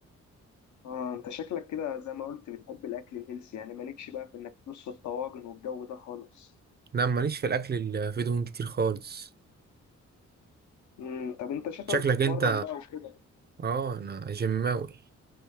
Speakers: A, on the left (about 75°); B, on the right (about 35°).
A: اه انت شكلك كده زي ما قلت بتحب الاكل الهيلثي يعني مالكش بقى في انك تدوس في الطواجن والجو ده خالص
B: لا ماليش في الأكل اللي فيه دهون كتير خالص
A: امم طب انت شكلك
B: شكلك
A: بتتمرن
B: أنت
A: بقى وكده
B: آه أنا جماوي